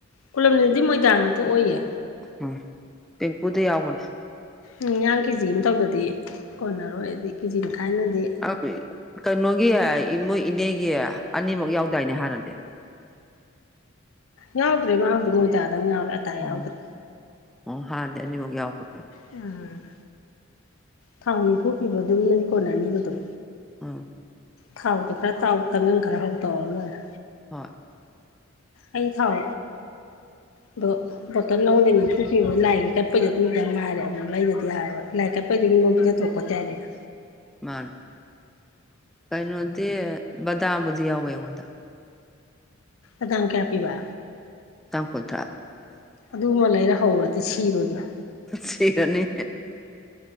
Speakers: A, on the left; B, in the centre.
A: ꯀꯣꯂꯝꯗꯨꯗꯗꯤ ꯃꯣꯏꯗꯥꯡ ꯉꯥꯛꯇ ꯑꯣꯏꯌꯦ
B: ꯎꯝ ꯄꯦꯡꯀꯨꯗ ꯌꯥꯎꯕꯅꯦ
A: ꯎꯝ ꯌꯥꯌꯥꯡ ꯀꯦꯖꯤ ꯑꯃ ꯇꯧꯗꯗꯤ ꯀꯣꯟꯅꯔꯣꯏ ꯑꯗꯤ ꯀꯦꯖꯤ ꯃꯈꯥꯏꯅꯗꯤ
B: ꯑ ꯀꯣꯒꯤ ꯏꯅꯦꯒꯤ ꯑꯅꯤꯃꯛꯨ ꯌꯥꯎꯗꯥꯏꯅꯦ ꯍꯥꯟꯅꯗꯤ
A: ꯌꯥꯎꯗ꯭ꯔꯦ ꯃꯥ ꯍꯧꯗꯤ ꯃꯣꯏꯖꯥꯗꯪ ꯌꯥꯎꯔꯦ ꯑꯇꯥ
B: ꯑꯣ
A: ꯌꯥꯎꯗ꯭ꯔꯦ
B: ꯑꯣ ꯍꯥ ꯗꯅꯤ ꯃ ꯌꯥꯎ ꯀꯠꯇ
A: ꯎꯝ ꯊꯥꯎ ꯅꯤꯐꯨ ꯄꯤꯕ ꯑꯗꯨꯝ ꯅꯣꯏ ꯀꯣꯟꯅꯅꯤꯕ ꯑꯗꯨꯝ
B: ꯑꯥ
A: ꯊꯥꯎꯗꯣ ꯈꯔ ꯇꯥꯎ ꯇꯪꯒꯪ ꯈꯔ ꯍꯧ ꯇꯧꯔ ꯂꯣꯏꯔꯦ
B: ꯍꯣꯏ
A: ꯑꯩ ꯊꯥꯎ ꯑꯗꯣ ꯕꯣꯇꯜ ꯂꯧꯣꯟꯗꯅꯤ ꯊꯣꯛꯄꯤ ꯂꯥꯏꯒꯤ ꯀꯠꯄꯩꯗꯣ ꯑꯗꯨꯝꯇ ꯉꯥꯏꯔꯦ ꯑꯃꯨꯛ ꯂꯩꯗꯗꯤ ꯌꯥꯔꯣꯏ ꯂꯥꯏꯛ ꯀꯦꯄꯩ ꯉꯣꯝ ꯄꯤꯖꯊ ꯊꯣꯛꯄ ꯆꯦ ꯍꯥꯏꯗꯅ
B: ꯃꯥꯅ ꯀꯩꯅꯩꯅꯗꯤ ꯗꯥꯝꯗꯤꯌꯥ ꯑꯣꯏꯦ ꯍꯗ
A: ꯑꯗꯥꯥꯡ ꯀꯌꯥꯄꯤꯕ
B: ꯀꯣꯊ
A: ꯑꯗꯨꯃ ꯂꯩꯔ ꯍꯧꯔꯗꯤ ꯁꯤꯔꯣꯏꯗ꯭ꯔꯣ
B: ꯁꯤꯔꯅꯤ